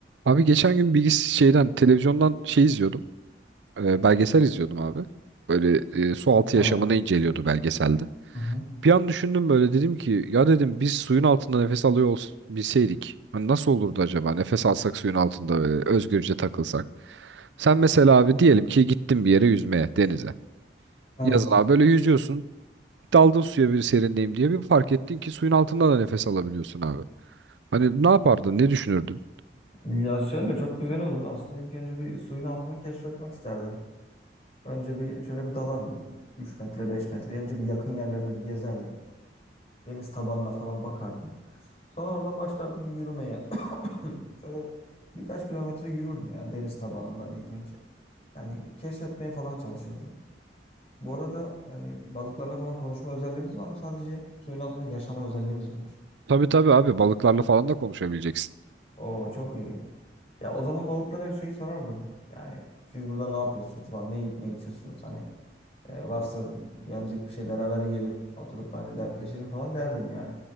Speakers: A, on the right (about 85°); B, on the left (about 35°).
A: Abi geçen gün bilgis şeyden televizyondan şey izliyordum. e, belgesel izliyordum abi. Böyle e, su altı
B: Evet.
A: yaşamını inceliyordu belgeselde.
B: Hı hı.
A: Bir an düşündüm böyle dedim ki ya dedim biz suyun altında nefes alıyor ols- bilseydik. Hani nasıl olurdu acaba nefes alsak suyun altında böyle özgürce takılsak. Sen mesela abi diyelim ki gittin bir yere yüzmeye denize.
B: Evet.
A: Yazın abi böyle yüzüyorsun. Daldın suya bir serinleyeyim diye bir fark ettin ki suyun altında da nefes alabiliyorsun abi. Hani ne yapardın ne düşünürdün?
B: Ya şöyle çok güzel olur. Aslında ilk önce bir suyun altını keşfetmek isterdim. Önce bir şöyle bir dalardım. 3 metre 5 metre. Önce bir yakın yerlerde bir gezerdim. Deniz tabanına falan bakardım. Sonra oradan başlardım yürümeye. <clears throat> Şöyle birkaç kilometre yürürdüm yani deniz tabanından ilk önce. Yani keşfetmeye falan çalışırdım. Bu arada hani balıklarla falan konuşma özelliğimiz var mı? Sadece suyun altında yaşama özelliğimiz mi var?
A: Tabii tabii abi balıklarla falan da konuşabileceksin.
B: Oo çok iyi. Ya o zaman balıklara şeyi sorardım. Yani siz burada ne yapıyorsunuz falan, ne yiyip ne içiyorsunuz hani e, varsa yenecek bir şey beraber yiyelim, oturup ben de dertleşelim falan derdim yani